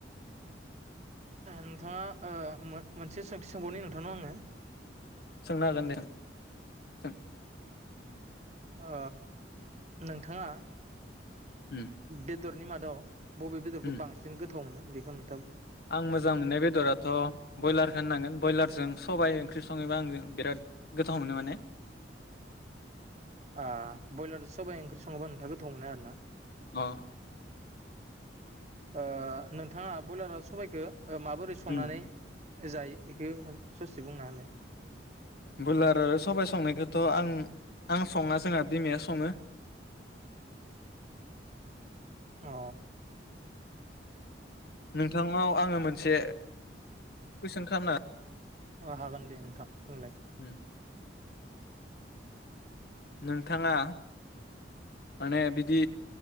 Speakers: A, on the right (about 40°); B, on the left (about 55°).
A: नोंथाङा मोनसे सोंथि सोंबावनि नोंथांनाव आङो
B: सोंनो हागोन दे सों
A: ओ नोंथाङा
B: उम
A: बेदर नि माादाव बबे बेदरखौ
B: उम
A: बांसिन गोथ थाव मोनो बेखौ नुथा
B: आं मोजां मोननाय बेद'राथ बयलार हौननांगोन बयलार। जों सबाइ ओंख्रि सङैबा आङो बिराद गोथाव मोनो माने।
A: ओ बयलारजों सबाइ ओंख्रि सङोबा नोंथाङ गोथाव मोनो आरो ना?
B: अ
A: ओ नोंथाङा बयलार सबाइखो ओ माबोरै संनानै
B: उम
A: जायो इखौ खनसे ससे बुंना होलाय।
B: बयलार आरो सबाइ संनायखोथ' आं आं सङा जोंहा बिमाया सङो।
A: अ
B: नोंथांनाव आङो मोनसे कुइसन खामना
A: अ हागोन दे नोंथां बुंलाय।
B: उम नोंथाङा माने बिदि